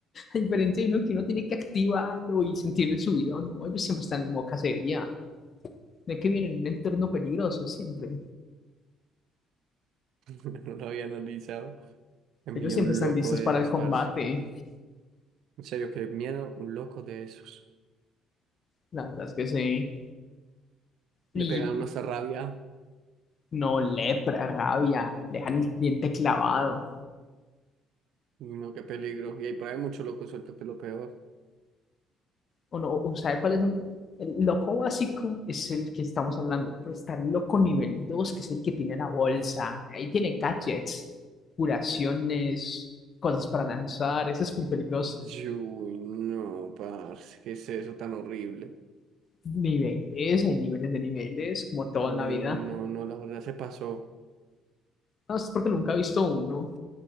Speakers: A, on the left (about 40°); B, on the right (about 60°).
A: a diferencia de uno que uno tiene que activarlo y sentirle su vida no, ellos siempre están en modo cacería, de que vienen en un entorno peligroso siempre,
B: <laughs> No lo había analizado. A mí
A: ellos siempre
B: un
A: están
B: loco
A: listos
B: de
A: para
B: esos,
A: el combate,
B: parce. En serio, qué miedo, un loco de esos.
A: la verdad es que sí, y
B: Le pegan una rabia,
A: no lepra, rabia, dejan el diente clavado.
B: no, qué peligro. Y ahí por ahí mucho loco suelto, que es lo peor.
A: o no, o sabe cuál es uno. El loco básico es el que estamos hablando, pero está el loco nivel 2 que es el que tiene la bolsa. Ahí tiene gadgets, curaciones, cosas para lanzar. Eso es muy peligroso.
B: Uy, no, parce, ¿qué es eso tan horrible?
A: Niveles, hay niveles de niveles, como
B: Uy,
A: todo en la vida.
B: no, no, la verdad se pasó.
A: No, es porque nunca he visto uno.